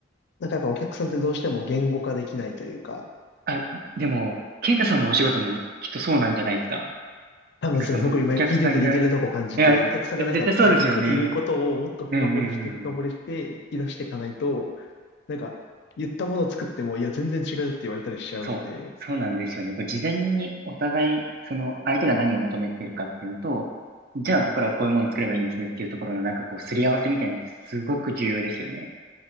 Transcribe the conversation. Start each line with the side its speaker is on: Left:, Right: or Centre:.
Left: なんかやっぱお客さんってどうしても言語化できないというか、
Right: あ、でも、ケイタさんのお仕事もきっとそうなんじゃないですか。
Left: 多分それ僕今聞いてて似てるとこ感じて、
Right: なんかその、お客さんが、いや、
Left: お客さんがなんかざっくり言うことをもっと深掘りして深掘りして引き出していかないと、
Right: 絶対そうですよね。うんうんうん。
Left: なんか言ったものを作っても、いや全然違うって言われたりしちゃうんで、
Right: そう。そうなんですよね。これ事前にお互い、その、相手が何を求めているかっていうのと、じゃあ僕らはこういうものを作ればいいんですねっていうところのなんかこう、すり合わせみたいなのってすごく重要ですよね。